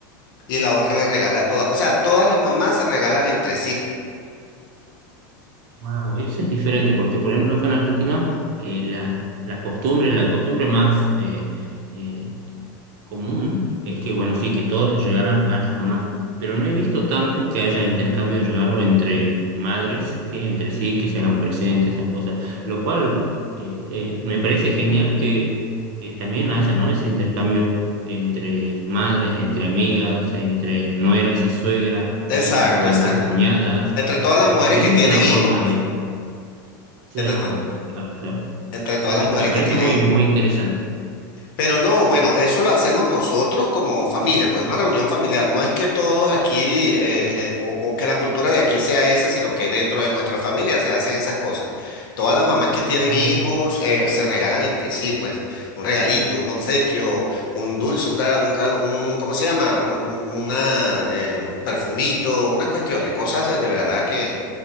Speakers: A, on the left; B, on the right.
A: y la otra le regala a todas, o sea, todas las mamás se regalan entre sí.
B: Wow, eso es diferente porque, por ejemplo, acá en Argentina,
A: Mm.
B: eh, la, la costumbre, la costumbre más, eh, eh, común es que, bueno, sí, que todos les regalan a las mamás, pero no he visto tanto que haya intercambio de regalo entre madres, ¿sí? Entre sí, que se hagan presentes, esas cosas, lo cual eh, eh, me parece genial que, que también haya, ¿no? Ese intercambio entre madres, entre amigas, entre nueras y suegras, por
A: Exacto,
B: ejemplo, o
A: exacto.
B: entre cuñadas,
A: Entre todas
B: porque
A: las mujeres
B: también
A: que
B: es
A: tienen
B: una forma
A: hijos, pues,
B: de... Claro,
A: entre, to-
B: claro, claro.
A: entre todas
B: Sí, sí,
A: las mujeres
B: me parece
A: que tienen
B: muy,
A: hijos.
B: muy interesante.
A: Pero no, bueno, eso lo hacemos nosotros como familia, pues una reunión familiar. No es que todos aquí eh, eh, o, o que la cultura de aquí sea esa, sino que dentro de nuestra familia se hacen esas cosas. Todas las mamás que tienen
B: Ah, bien.
A: hijos eh, se regalan entre sí, pues un regalito, un obsequio, un dulce, un, ca- un, ca- un- ¿cómo se llama? Un, un- una em, perfumito, unas cuestiones, cosas de de verdad que,